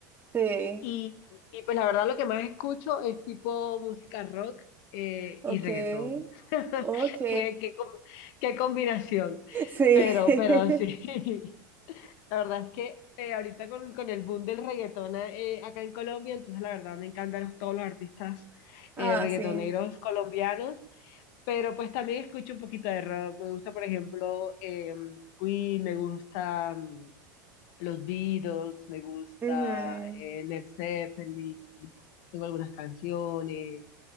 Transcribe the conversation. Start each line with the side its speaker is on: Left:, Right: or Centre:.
Right: Sí,
Left: Y, y pues la verdad lo que más escucho es tipo música rock eh,
Right: ok,
Left: y reggaetón. <laughs>
Right: ok,
Left: Qué, qué, com- qué combinación.
Right: <laughs> sí.
Left: Pero, pero sí,
Right: <laughs>
Left: <laughs> la verdad es que eh, ahorita con, con el boom del reggaetón eh, acá en Colombia, entonces la verdad me encantan los- todos los artistas
Right: Ah,
Left: eh, reggaetoneros
Right: sí.
Left: colombianos, pero pues también escucho un poquito de rock. Me gusta, por ejemplo, eh, Queen, me gusta... mm, los Beatles, me gusta
Right: Ujú.
Left: eh, Led Zeppelin, tengo algunas canciones,